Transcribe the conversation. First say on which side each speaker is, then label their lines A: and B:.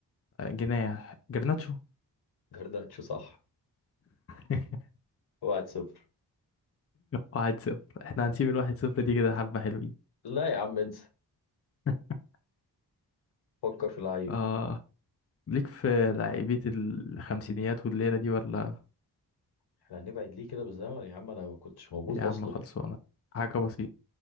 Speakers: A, on the left; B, on the left.
A: جناح جرناتشو
B: جرداتشو صح
A: <laughs>
B: 1-0
A: واحد صفر احنا هنسيب الواحد صفر دي كده حبة حلوين
B: لا يا عم انسى
A: <laughs>
B: فكر في اللعيب
A: اه ليك في لعيبة الخمسينيات والليلة دي ولا
B: احنا هنبعد ليه كده بالزمن يا عم انا ما كنتش موجود
A: يا عم
B: اصلا
A: خلصانة حاجة بسيطة